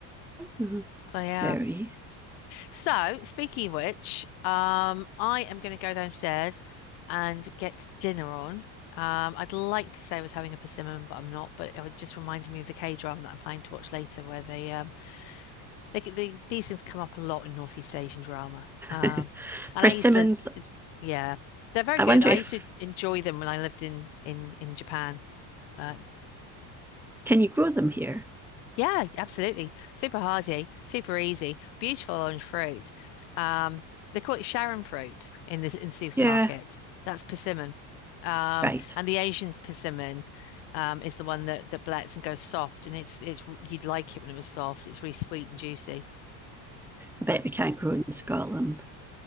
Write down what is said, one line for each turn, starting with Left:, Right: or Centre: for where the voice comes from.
Centre: Uh,
Left: So yeah.
Centre: Very.
Left: So speaking of which, um, I am going to go downstairs and get dinner on. Um, I'd like to say I was having a persimmon, but I'm not. But it just reminded me of the K-drama that I'm planning to watch later, where they um, They, they, these things come up a lot in Northeast Asian drama. Um,
Centre: <laughs>
Left: and
Centre: Persimmons,
Left: I used to, yeah, they're very
Centre: I
Left: good.
Centre: wonder
Left: I
Centre: if,
Left: used to enjoy them when I lived in in in Japan. But
Centre: can you grow them here?
Left: yeah, absolutely, super hearty, super easy, beautiful orange fruit. Um, they call it Sharon fruit in the in supermarket.
Centre: Yeah,
Left: That's persimmon. Um,
Centre: right.
Left: and the Asian's persimmon um, is the one that that blets and goes soft, and it's it's you'd like it when it was soft. It's really sweet and juicy.
Centre: I bet we can't grow in Scotland.